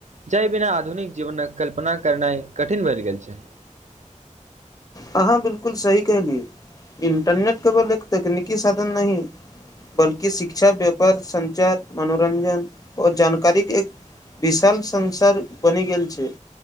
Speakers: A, on the right (about 60°); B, on the left (about 30°).
A: जाहि बिना आधुनिक जीवनक कल्पना करनाइ कठिन बनि गेल छै
B: अहाँ बिलकुल सही कहलिय इंटरनेट केवल एक तकनीकी साधन नहि बल्कि शिक्षा व्यापार सञ्चार मनोरञजन ओ जानकारी एक विशाल संसार बनि गेल छैय